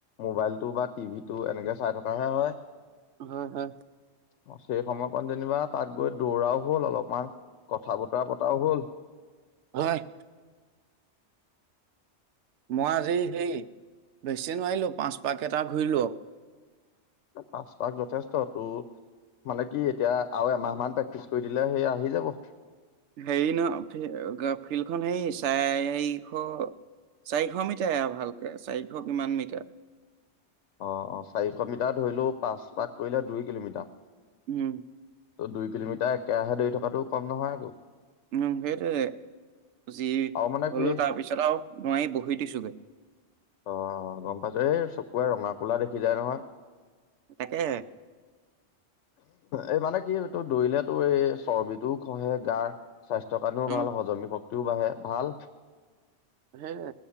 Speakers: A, on the left (about 80°); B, on the right (about 80°).
A: মোবাইলতটো বা টিভিটো এনেকে চাই থকাাহে হয়
B: হয় হয়
A: অ সেই সময়কণ যেনিবা তাত গৈ দৌৰাও হ'ল অলপমান কথা বতৰা পতাও হ'ল
B: হয় মই আজি হেই ভেকচিন মাৰিলোঁ পাঁচপাক কেইটা ঘূৰিলো
A: পচপাস যথেষ্ট তটো মানে কি এতিয়া আৰু এমাহ মান প্ৰেক্টিচ কৰি দিলে সেই আহি যাব
B: হেৰি ন ফিল্ডখন হে চাৰিশ চাৰিশ মিটাৰয়া ভালকে চাৰিশ কিমান মিটাৰ
A: অ অ চাৰিশ মিটাৰ ধৰি লও পাঁচ পাক কৰিলে দুই কিলোমিটাৰ
B: উম
A: ত' দুই কিলোমিটাৰ একেৰাহে দৰি থকাাতটো কম নহয় আৌ
B: উম সেইটোৱে যি
A: আৰু মানে
B: হলো
A: কি
B: তাৰপিছত আৰু নোৱাৰি বহি দিছোোগে
A: অ গম পাইছো এই চকুৱে ৰঙা কোলা দেখি যায় নহয়
B: তাকে
A: এই মানে কি এই তটো দৌৰিলে তো এই চৰ্বিটোও খহে গাৰ স্বাস্থ্য কাৰণেও
B: অ'।
A: ভাল হজমী শক্ত টউব আহে ভাল
B: সেই